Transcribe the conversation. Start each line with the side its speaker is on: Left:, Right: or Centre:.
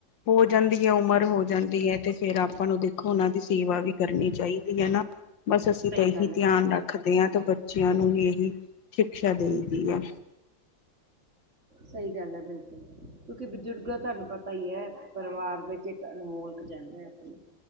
Left: ਹੋ ਜਾਂਦੀ ਹੈ ਉਮਰ ਹੋ ਜਾਂਦੀ ਹੈ ਤੇ ਫੇਰ ਆਪਾਂ ਨੂੰ ਦੇਖੋ ਉਹਨਾਂ ਦੀ ਸੇਵਾ ਵੀ ਕਰਨੀ ਚਾਹੀਦੀ ਚਾਹੀਦੀ ਹੈ ਨਾ ਬਸ ਅਸੀਂ ਤਾਂ
Right: ਸਹੀ
Left: ਇਹੀ
Right: ਗੱਲ ਹੈ
Left: ਧਿਆਨ
Right: ਬਿਲਕੁਲ
Left: ਰੱਖਦੇ ਹਾਂ ਤੇ ਬੱਚਿਆਂ ਨੂੰ ਵੀ ਇਹੀ ਸ਼ਿਕਸ਼ਾ ਦੇ ਦੀ ਹੈ
Right: ਸਹੀ ਗੱਲ ਹੈ ਬਿਲਕੁਲ ਕਿਉਂਕਿ ਬਜ਼ੁਰਗ ਤੁਹਾਨੂੰ ਪਤਾ ਹੀ ਹੈ ਪਰਿਵਾਰ ਵਿੱਚ ਇੱਕ ਅਨਮੋਲ ਜਾਂਦੇ ਆਪਣੇ